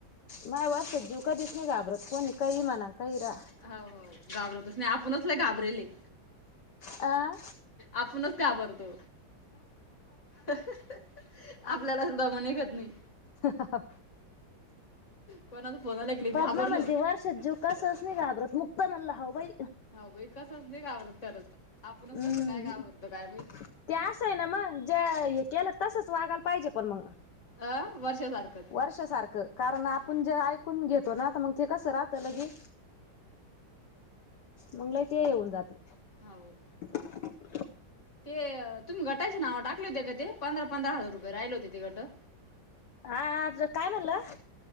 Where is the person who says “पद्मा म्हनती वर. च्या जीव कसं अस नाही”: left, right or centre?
Left